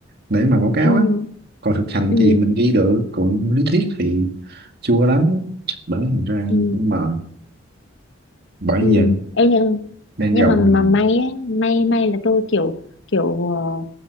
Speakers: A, on the right; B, on the left.
A: để mà báo cáo
B: Ừ.
A: á còn thực hành
B: ừ
A: thì mình ghi được cũng lý thuyết thì chua lắm bởi thành ra
B: ừ
A: cũng mệt bởi
B: ừ
A: giờ
B: Ê, nhưng
A: đang
B: nhưng
A: gầu
B: mà mà
A: thì
B: may á, may may là tôi kiểu kiểu ờ,